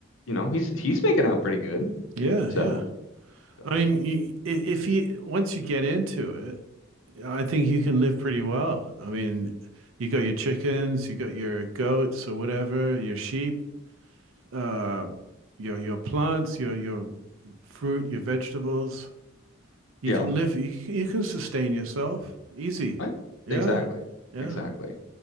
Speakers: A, on the left; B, on the right.
A: you know, he's he's making out pretty good.
B: yeah,
A: So
B: yeah.
A: so
B: I mean, you, i- if you once you get into it, I think you can live pretty well. I mean, you got your chickens, you got your goats or whatever, your sheep. uh, your your plants, your your fruit, your vegetables. You
A: Yeah.
B: can live. You, you can sustain yourself easy.
A: I
B: Yeah,
A: exactly.
B: yeah.
A: Exactly.